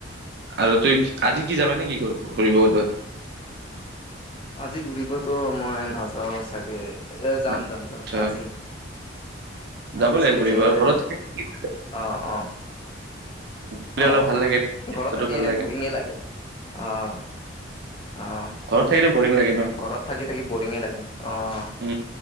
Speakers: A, on the right; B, on the left.
A: আৰু তুই আজি কি যাবা নে কি কৰ ঘূৰিব <unintelligible>
B: আজি ঘূৰিবতো মই নাযাওঁ চাগে। এ, যাম
A: আচ্ছা
B: যাম যাম আজি
A: যাব
B: আজি
A: লাগে
B: চিটি
A: ঘূৰিবা
B: চেণ্টাৰে
A: ঘৰত
B: যাম
A: থাকি <unintelligible>
B: অ', অ'।
A: থাকিলে
B: অ',
A: অলপ ভাল লাগে।
B: অ',
A: বস্তুটো
B: ঘৰত থাকি
A: ভাল
B: এনে
A: লাগে
B: বৰিঙে লাগে। অ', অ'।
A: ঘৰত থাকিলে বৰিং লাগে ন
B: ঘৰত থাকি থাকি বৰিঙে লাগে অ'।
A: উম